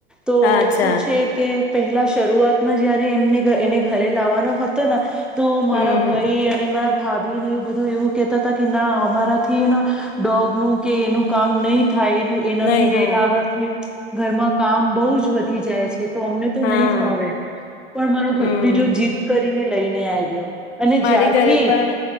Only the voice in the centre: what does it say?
તો
શું છે કે પહેલા શરૂઆતમાં જયારે એમને એને ઘરે લાવવાનો હતો તો મારા
ભાઈ અને મારા ભાભી ને બધું એવું કેતા કે ના અમારાથી ડોગ નું કે એનું કામ નહી થાય એ એનાથી
એ લાવવાથી ઘરમાં કામ બઉુ જ વધી જાય છે તો અમને તો
નહી ફાવે પણ મારો ભત્રીજો
જીત કરીને લઈન એ આઇ ગયો અને
જ્યારથી